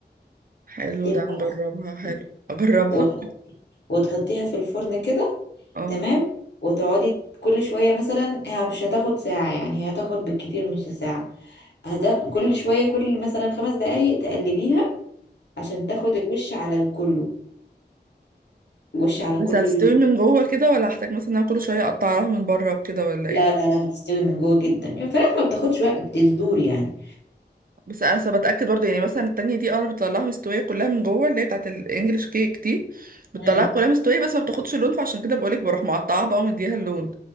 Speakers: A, on the right; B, on the left.
A: حلو
B: هتبقى
A: ده نجربها
B: خطيرة.
A: حلو اجربها
B: وتحط- وتحطيها في الفرن كده
A: <laughs> اه
B: تمام وتقعدي كل شوية مثلا هي مش هتاخد ساعة يعني هي هتاخد بالكتير نص ساعة هت... كل شوية كل مثلا خمس دقايق تقلبيها عشان تاخد الوش على الكله الوش على
A: بس
B: كل
A: هتستوي
B: ال...
A: من جوه كده ولا هحتاج مثلا إن انا كل شويه اقطعها من بره وكده ولا
B: لا
A: ايه
B: لا لا هتستوي من جوه جدا الفراخ ما بتاخدش وقت بتصدور يعني
A: بس انا أصل بتاكد برضه يعني مثلا التانية دي اه، انا بطلعها مستويه كلها من جوه اللي هي بتاعت الانجليش كيك دي بتطلعها
B: مم.
A: كلها مستويه بس ما بتاخدش اللون فعشان كده بقولك بروح مقطعها بقى ومديها اللون